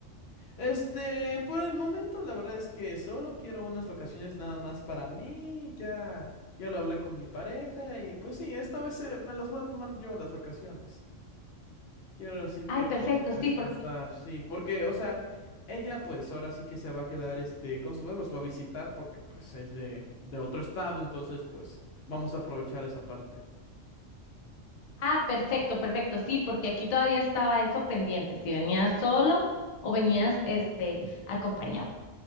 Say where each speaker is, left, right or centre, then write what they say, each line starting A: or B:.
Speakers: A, on the left (about 60°); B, on the left (about 75°).
A: Este, por el momento, la verdad es que solo quiero unas vacaciones nada más para mí. Ya, ya lo hablé con mi pareja y pues sí, esta vez eh, me las voy a tomar yo las vacaciones. Quiero así que
B: Ay, perfecto,
A: descansar,
B: sí, porque...
A: sí, porque, o sea, ella pues ahora sí que se va a quedar, este, con sus perros, va a visitar porque pues es de, de otro estado, entonces pues vamos a aprovechar esa parte.
B: Ah, perfecto, perfecto, sí, porque aquí todavía estaba eso pendiente, si venías solo o venías, este, acompañado.